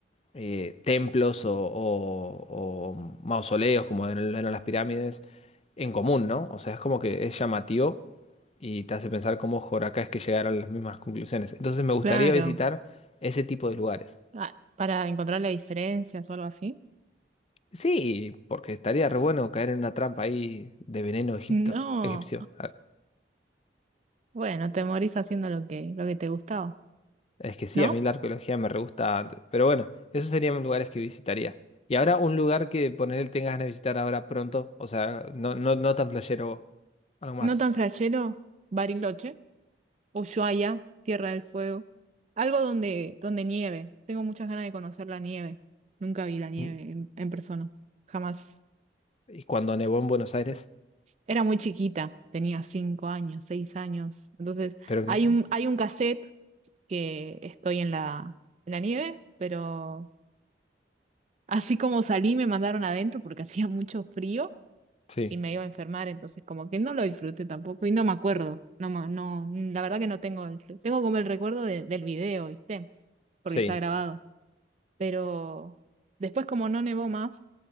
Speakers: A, on the left; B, on the right.
A: eh, templos o, o- o mausoleos, como eran eran las pirámides, en común, ¿no? O sea, es como que es llamativo y te hace pensar cómo acá es que llegaron a las mismas conclusiones. Entonces me gustaría
B: claro.
A: visitar ese tipo de lugares.
B: Ah, para encontrar las diferencias o algo así.
A: Sí, porque estaría re bueno caer en una trampa ahí de veneno
B: <laughs>
A: egipto,
B: No.
A: egipcio.
B: Bueno, te morís haciendo lo que, lo que te gustaba,
A: Es que sí,
B: ¿no?
A: a mí la arqueología me re gusta. Pero bueno, esos serían lugares que visitaría. Y ahora un lugar que ponerle tengas ganas de visitar ahora pronto. O sea, no, no, no tan playero, algo más.
B: No tan flashero, Bariloche, Ushuaia, Tierra del Fuego. Algo donde, donde nieve. Tengo muchas ganas de conocer la nieve. Nunca vi la nieve
A: Mm,
B: en, en persona. Jamás.
A: Y cuando nevó en Buenos Aires.
B: Era muy chiquita, tenía cinco años, seis años. Entonces,
A: Pero
B: hay
A: que.
B: un, hay un cassette que estoy en la, en la nieve, pero así como salí me mandaron adentro porque <laughs> hacía mucho frío
A: Sí,
B: y me iba a enfermar, entonces como que no lo disfruté tampoco y no me acuerdo, no, ma- no, la verdad que no tengo, el- tengo como el recuerdo de- del video, ¿viste? Porque
A: sí.
B: está grabado, pero después como no nevó más,